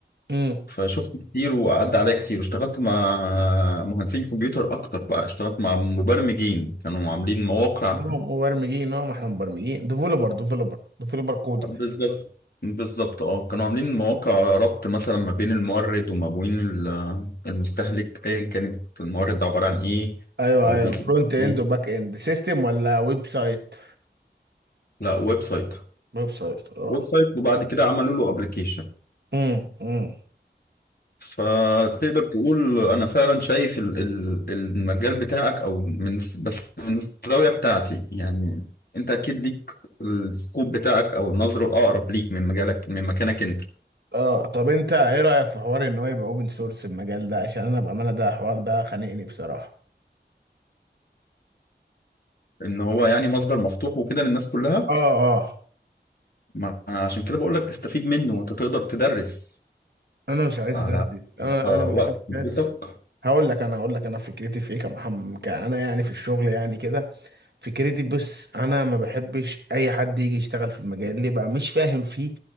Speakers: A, on the right (about 65°); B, on the left (about 55°).
A: امم
B: فشفت كتير وعدى عليا كتير واشتغلت مع مهندسين كمبيوتر اكتر بقى اشتغلت مع مبرمجين كانوا عاملين مواقع
A: مبرمجين اه ما احنا مبرمجين ديفلوبر ديفلوبر ديفلوبر كودر
B: بالظبط بالظبط اه كانوا عاملين مواقع ربط مثلا ما بين المورد وما بين ال- المستهلك ايا كانت المورد عبارة عن ايه
A: ايوه
B: او
A: ايوه
B: بيسموه
A: فرونت اند
B: ايه
A: وباك اند سيستم ولا ويب سايت
B: لا ويب سايت
A: ويب سايت اه
B: ويب سايت وبعد كده عملوا له ابلكيشن
A: امم امم
B: فتقدر تقول انا فعلا شايف ال- ال- المجال بتاعك او من ز- بس من الزاوية بتاعتي يعني انت اكيد ليك السكوب بتاعك او النظرة الاقرب ليك من مجالك من مكانك انت
A: اه طب انت ايه رأيك في حوار ان هو يبقى اوبن سورس المجال ده عشان انا بأمانة ده حوار ده خانقني بصراحة
B: ان هو يعني مصدر مفتوح وكده للناس كلها
A: اه اه
B: ما عشان كده بقول لك استفيد منه وانت تقدر تدرس
A: انا مش عايز
B: على
A: ادرس انا
B: آه،
A: انا بشوف
B: وقت بيتك
A: ناس هقول لك انا هقول لك انا فكرتي في ايه كمحمد كأنا يعني في الشغل يعني كده فكرتي بص انا ما بحبش اي حد يجي يشتغل في المجال اللي بقى مش فاهم فيه